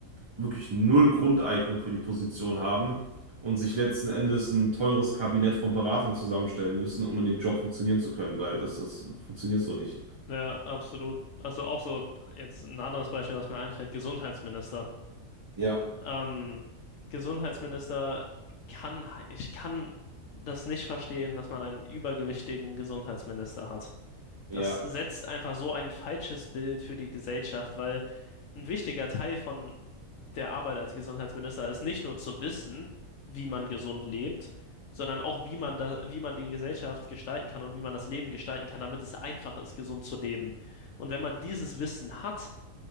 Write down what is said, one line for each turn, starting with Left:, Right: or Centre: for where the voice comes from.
Right: wirklich null Grundeignung für die Position haben und sich letzten Endes ein teures Kabinett von Beratern zusammenstellen müssen, um in dem Job funktionieren zu können, weil das, das funktioniert so nicht.
Left: ja, absolut. Also auch so, jetzt ein anderes Beispiel, was mir einfällt, Gesundheitsminister.
Right: Ja,
Left: Ähm, Gesundheitsminister kann, ich kann das nicht verstehen, dass man einen übergewichtigen Gesundheitsminister hat.
Right: ja,
Left: Das setzt einfach so ein falsches Bild für die Gesellschaft, weil ein wichtiger Teil von der Arbeit als Gesundheitsminister ist nicht nur zu wissen, wie man gesund lebt, sondern auch, wie man da, wie man die Gesellschaft gestalten kann und wie man das Leben gestalten kann, damit es einfach ist, gesund zu leben. Und wenn man dieses Wissen hat,